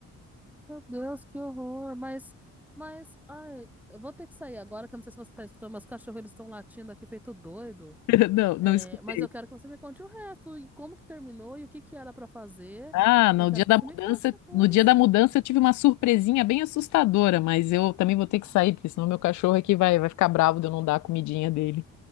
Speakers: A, in the centre; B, on the left (about 70°).
A: Meu Deus, que horror. Mas, mas, ai, eu vou ter que sair agora, que eu não sei se você tá escutando, mas os cachorros eles estão latindo aqui feito doido.
B: <laughs> Não, não
A: É,
B: escutei.
A: mas eu quero que você me conte o resto e como que terminou e o que que era pra fazer.
B: Ah, no
A: Eu quero
B: dia
A: que
B: da
A: você
B: mudança,
A: me conte depois.
B: no dia da mudança eu tive uma surpresinha bem assustadora, mas eu também vou ter que sair, porque senão meu cachorro aqui vai, vai ficar bravo de eu não dar a comidinha dele.